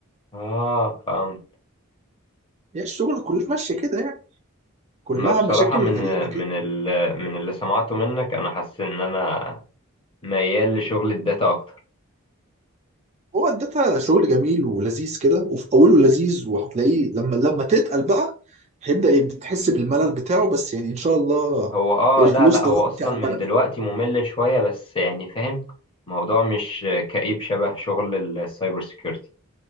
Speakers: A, on the left (about 25°); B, on the right (about 30°).
A: اه فهمت
B: هي الشغل كلها ماشيه كده يعني كلها
A: انا بصراحة
B: مشاكل
A: من
B: غريبه كده
A: من ال من اللي سمعته منك انا حاسس ان انا ميال لشغل الداتا اكتر
B: هو الداتا شغل جميل ولذيذ كده وفي اوله لذيذ وهتلاقيه لما لما تتقل بقى هيبدا يب- تحس بالملل بتاعه بس يعني ان شاء الله
A: هو اه
B: الفلوس
A: لا لا
B: تغطي
A: هو اصلا
B: على
A: من
B: الملل
A: دلوقتي ممل شوية بس يعني فاهم الموضوع مش كئيب شبه شغل السايبر سيكيورتي